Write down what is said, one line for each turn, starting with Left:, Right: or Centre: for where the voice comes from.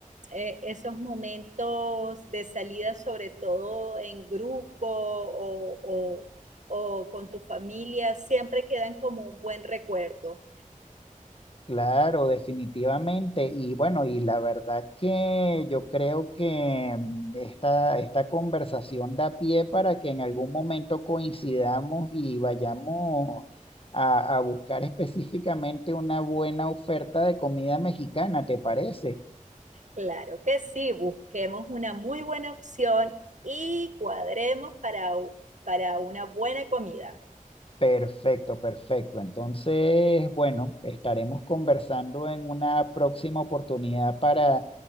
Right: eh, esos momentos de salida, sobre todo en grupo o, o- o con tu familia, siempre quedan como un buen recuerdo.
Left: Claro, definitivamente. Y bueno, y la verdad que yo creo que mm, esta, esta conversación da pie para que en algún momento coincidamos y vayamos a, a buscar específicamente una buena oferta de comida mexicana, ¿te parece?
Right: Claro que sí, busquemos una muy buena opción y cuadremos para, u- para una buena comida.
Left: Perfecto, perfecto. Entonces, bueno, estaremos conversando en una próxima oportunidad para